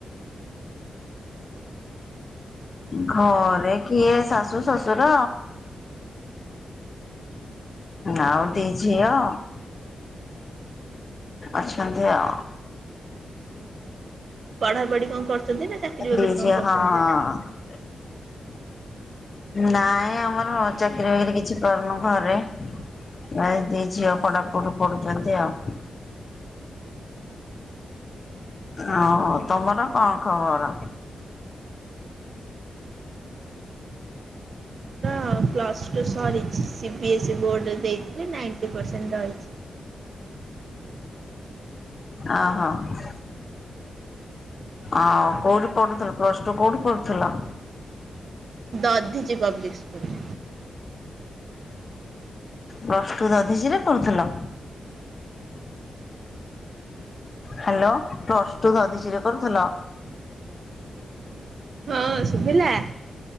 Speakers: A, on the left (about 35°); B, on the right (about 55°).
A: ଘରେ କିଏ ଶାଶୁ ଶଶୁର? ଆଉ ଦି ଝିଅ। ଅଛନ୍ତି ଆଉ।
B: ପଢାପଢି କଣ କରୁଛନ୍ତି ନା ଚାକିରୀ ବାକିରି
A: ଦି ଝିଅ
B: କଣ କରୁଛନ୍ତି?
A: ହଁ ନାଇଁ ଆମର ଚାକିରି ବାକିରି କିଛି କରନୁ ଘରେ। ଏଇ ଦି ଝିଅ ପଢ଼ା ପଢ଼ି କରୁଛନ୍ତି ଆଉ। ଓହୋ ତମର କଣ ଖବର?
B: ହଁ ପ୍ଲସ୍ ଟୁ ସରିଚି ସିବି ଏସ୍ଇ ବୋର୍ଡ଼ରେ ଦେଇଥିଲି ନାଇଣ୍ଟି ପରସେଣ୍ଟ ରହିଛି।
A: ଆ ହଁ। ଆଉ କୋଉଠି ପଢୁଥିଲ ପ୍ଲସ ଟୁ କୋଉଠି ପଢୁଥିଲ?
B: Dadhichi public school.
A: Plus two Dadhichi ରେ କରୁଥିଲ? ହାଲୋ ପ୍ଲସ ଟୁ ଦଧିଚରେ କରୁଥିଲ?
B: ହଁ ସୁଭିଲା?